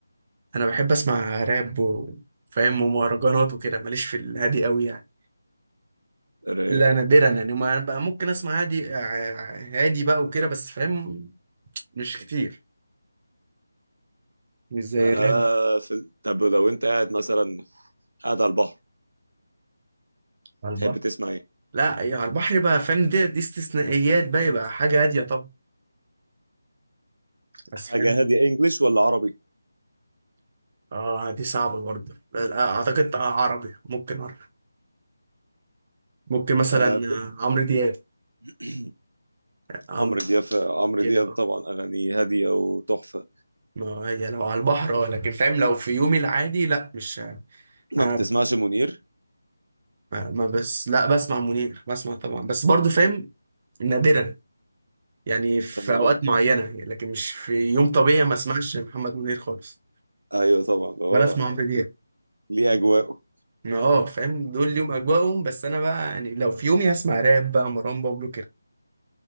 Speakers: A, on the right; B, on the right.
A: انا بحب اسمع راب وفاهم ومهرجانات وكده ماليش في الهادي قوي يعني
B: رايق
A: لا نادرا يعني ما انا بقى ممكن اسمع هادي ع- هادي بقى وكده بس فاهم مش كتير مش زي
B: آه
A: الراب
B: في... ال- طب لو انت قاعد مثلا قاعد على البحر
A: على البحر
B: تحب تسمع ايه
A: لا يا على البحر بقى فاهم دي, دي استثنائيات بقى يبقى حاجه هاديه طبعا بس
B: حاجه
A: فاهم
B: هاديه انجليش ولا عربي
A: اه دي صعبة برضه لا، اعتقد آه، عربي ممكن عربي ممكن مثلا
B: آه، بت-
A: آه، عمرو دياب
B: <clears throat>
A: عمرو
B: عمرو دياب
A: دياب
B: عمرو
A: كده
B: دياب طبعا
A: اه
B: اغانيه هاديه وتحفه
A: ما هي لو على البحر اه لكن فاهم لو في يومي العادي لا مش
B: ما
A: انا
B: بتسمعش منير
A: ما ما بس لا بسمع منير بسمع طبعا بس برضه فاهم نادرا يعني في
B: تمام
A: اوقات معينة يعني، لكن مش في يوم طبيعي ما اسمعش محمد منير خالص
B: ايوه طبعا هو
A: ولا اسمع عمرو دياب
B: ليه اجواءه
A: ما اه فاهم دول ليهم اجواءهم بس انا بقى يعني لو في يومي هسمع راب بقى مروان بابلو